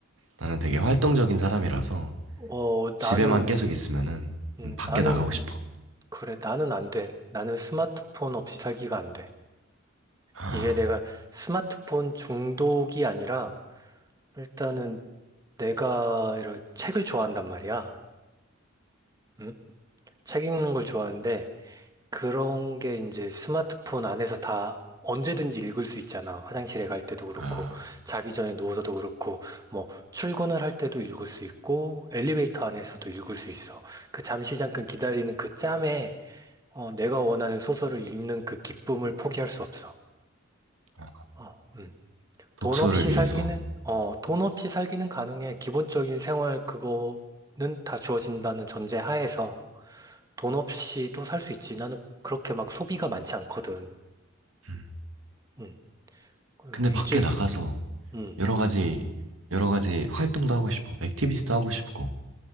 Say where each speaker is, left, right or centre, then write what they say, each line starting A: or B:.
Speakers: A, on the right (about 85°); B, on the right (about 15°).
A: 나는 되게 활동적인 사람이라서
B: 어,
A: 집에만
B: 나는,
A: 계속 있으면은
B: 음,
A: 음, 밖에
B: 나는,
A: 나가고 싶어.
B: 그래, 나는 안 돼. 나는 스마트폰 없이 살기가 안 돼.
A: 아,
B: 이게 내가 스마트폰 중독이 아니라, 일단은 내가 이런 책을 좋아한단 말이야. 음? 책 읽는 걸 좋아하는데, 그런 게 이제 스마트폰 안에서 다 언제든지 읽을 수 있잖아. 화장실에 갈 때도 그렇고,
A: 아,
B: 자기 전에 누워서도 그렇고, 뭐, 출근을 할 때도 읽을 수 있고, 엘리베이터 안에서도 읽을 수 있어. 그 잠시 잠깐 기다리는 그 짬에, 어, 내가 원하는 소설을 읽는 그 기쁨을 포기할 수 없어.
A: 아.
B: 어, 음.
A: 독서를
B: 돈 없이
A: 위해서.
B: 살기는, 어, 돈 없이 살기는 가능해. 기본적인 생활 그거는 다 주어진다는 전제 하에서 돈 없이도 살 수 있지. 나는 그렇게 막 소비가 많지 않거든.
A: 음.
B: 음, 그
A: 근데
B: 일주일,
A: 밖에 나가서
B: 음,
A: 여러 가지, 여러 가지 활동도 하고 싶고, 액티비티도 하고 싶고,